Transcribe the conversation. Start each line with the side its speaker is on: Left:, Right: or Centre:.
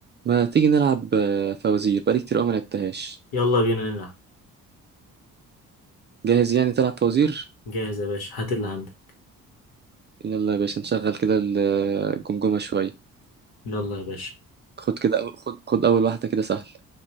Right: ما تيجي نلعب آه، فوازير بقالي كتير قوي ما لعبتهاش
Left: يلا بينا نلعب
Right: جاهز يعني تلعب فوازير
Left: جاهز يا باشا هات اللي عندك
Right: يلا يا باشا نشغل كده الجمجمة شوية
Left: يلا يا باشا
Right: خد كده أو- خد خد أول واحدة كده سهل